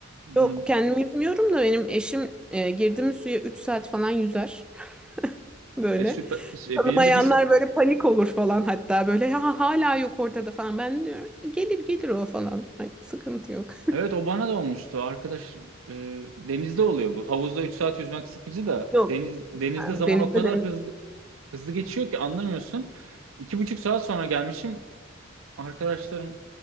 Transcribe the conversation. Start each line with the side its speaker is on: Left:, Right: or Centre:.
Right: bunu
Centre: Yok kendim yüzmüyorum da benim eşim e, girdi mi suya 3 saat falan yüzer. <laughs> Böyle.
Right: e, süper, e,
Centre: Tanımayanlar
Right: benim de bir se-
Centre: böyle panik olur falan hatta böyle ha, hala yok ortada falan. Ben diyorum gelir gelir o falan. Hani sıkıntı yok.
Right: Evet o bana da olmuştu. Arkadaş e, denizde oluyor bu. Havuzda 3 saat yüzmek sıkıcı da
Centre: Yok
Right: deniz denizde zaman
Centre: denizde
Right: o kadar hızlı hızlı geçiyor ki anlamıyorsun. İki buçuk saat sonra gelmişim. arkadaşlarım